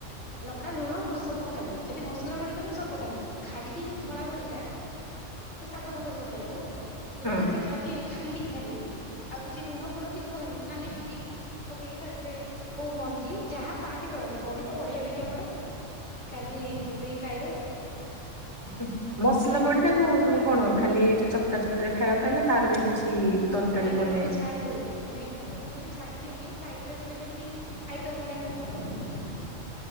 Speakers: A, on the left; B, on the left.
A: ଲଙ୍କା ଲୁଣ ସବୁ ପକାନ୍ତିି ଯଦି ମସଲା ବଡି କରିବ ସବୁ ପକାନ୍ତିି ଯଦି ଖାଲି ଯୋଉ ଧଳା ବଡି ଟା ସେ ଶାଗ ପାଖରେ ପକେଇବାକୁ ସେଥିରେ
B: ହଁ।
A: ସେ ଖାଲି ଖାଲି ଖାଲି ପି ଆଉ କିଛି ଲୁଣ ଫୁଣ କିଛି ପକାନ୍ତିନି ଖାଲି ବିରି ପକେଇକି ତା ଧେରେ କୋଉ ମଞ୍ଜି ଯାହା ପାଆନ୍ତି କରନ୍ତି ବଡି ତ ବଢିଆ ଲାଗେ ଆମର ଆଉ। ଖାଲି ଚୋବେଇ ଖାଇବୁ।
B: ହୁଁ ମସଲା ବଡିରେ କଉ ବ କଣ ଖାଲି ଏ ଯୋଉ ଚକଟା ଚକଟିରେ ଖାଇବା ପାଇଁ ନା ତାର ବି କିଛି ତରକାରୀ
A: ନାଇଁ ତାକୁ
B: ବନେ?
A: ଆମେ ଛାଣି ଦଉ। ନାଇଁ ତାକୁ ଆମେ ଖାଲି ଛାଣି ଦେଇକି ସାଇଟରେ ଗୋଟେ ଯେମିତି ଆଇଟମ ଭଳିଆ ଗୋଟେ ଖାଉ ଆଉ।